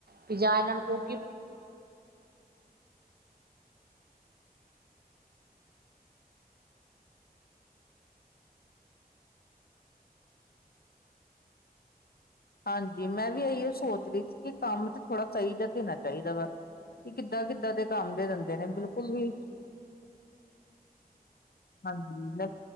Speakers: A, on the right (about 75°); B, on the left (about 70°).
A: ਕਿ ਜਾਂ ਇਹਨਾਂ ਨੂੰ ਕੋ
B: ਹਾਂਜੀ ਮੈਂ ਵੀ ਇਹੀਓ ਸੋਚ ਰਹੀ ਸੀ ਕਿ ਕੰਮ ਤੇ ਥੋੜ੍ਹਾ ਚਾਹੀਦਾ ਦੇਣਾ ਚਾਹੀਦਾ ਵਾ ਕਿ ਕਿੱਦਾਂ ਕਿੱਦਾਂ ਦੇ ਕੰਮ ਦੇ ਦਿੰਦੇ ਨੇ ਬਿਲਕੁਲ ਵੀ ਹਾਂਜੀ, ਲੈ